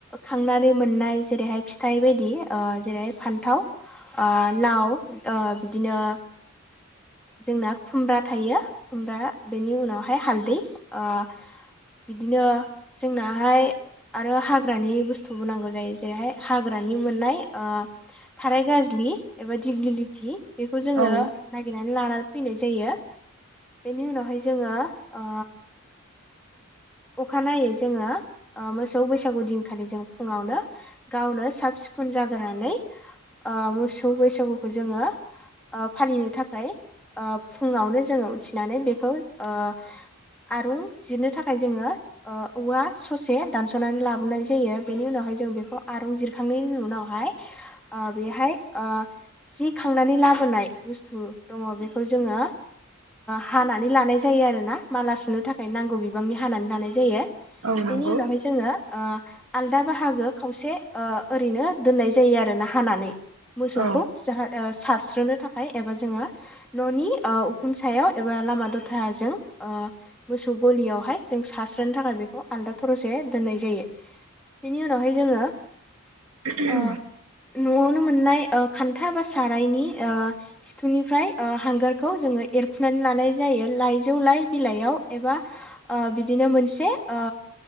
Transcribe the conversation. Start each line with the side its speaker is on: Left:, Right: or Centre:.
Centre: खांनानै मोननाय जेरैहाय फिथाइ बायदि जेरैहाय फान न्थाव ओ लाव बिदिनो जोंना खुमब्रा थायो खुमब्रा बेनि उनावहाय हालदै ओ बिदिनो जोंनाहाय आरो हाग्रानि बुस्थुबो नांगौ जायो जेरैहाय हाग्रानि मोननाय ओ थाराय गाज्लि लि एबा दिग्लिलिति बेखौ
Right: औ
Centre: जोङो
Right: औ
Centre: नागिरनानै लानानै फैनाय जायो बेनि उनावहाय जोङो ओ अखानायै जोङो ओ मोसौ बैसागु दिनखालि जों फुङावनो गावनो साबसि सुखोन जाग्रानै ओ मोसौ बैसागुखौ जोङो ओ फालिनो थाखाय ओ‌ फुङावनो जोङो उथिनानै बेखौ‌ ओ आरुं जिरनो थाखा जोङो ओ औवा ससे दानसनानै लाबोनाय जायो बेनि उनावहाय जों बेखौ आरुं‌ जिराखां नायनि उनावहाय ओ बेहाय ओ थि खांनानै लाबोनाय बुस्थु। दङ बेखौ ओ जोङो हानानै लानाय जायो आरोना माला सुनो थाखाय नांगौ बे बिबांनि हानानै लानाय जायो
Right: औ नंगौ
Centre: बेनि उनावहाय जोङो आलदा बाहागो खावसे ओ ओरैनो दोननाय जायो आरोना हानानै मोसौखौ
Right: औ
Centre: जाहा ओ सारस्रोनो थाखाय एबा जोङो‌‌ ओ ननि उखुम सायाव एबा लामा दथाजों ओ मोसौ गलियावहाय जों सारस्रोनो थाखाय बेखौ आलदा थरसे दोननाय जायो। बेनि उनावहाय जोङो
Right: <unintelligible>
Centre: ओ नआवनो मोननाय ओ खान्था बा सारायनि खिथुनिफ्राय ओ हांगारखौ जोङो एरखुनानै लानाय जायो लाइजौ लाइ बिलाइयाव एबा ओ बिदिनो मोनसे ओ